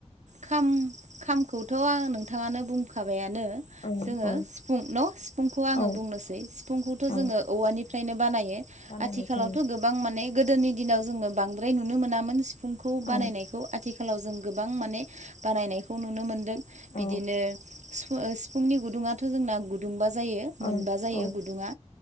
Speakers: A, on the right; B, on the left.
A: खाम खामखौथ' आं नोंथाङानो बुंखाबायानो
B: औ
A: जोङो
B: औ
A: सिफुं न' सिफुंखौ आङो
B: औ
A: बुंनोसै सिफुंखौथ'
B: औ
A: जोङो औवानिफ्रायनो बानायो
B: बानायनाय
A: आथिखालावथ'
B: जायो
A: गोबां गोबां माने गोदोनि दिनाव जोङो बांद्राय नुनो मोनामोन सिफुंखौ बानायनायखौ
B: औ
A: आथिखालाव जों गोबां माने बानायनायखौ नुनो मोनदों बिदिनो
B: औ
A: सि सिफुंनि गुदुंङाथ' जोंना गुदुंबा जायो मोनबा
B: औ
A: जायो
B: औ
A: गुदुङा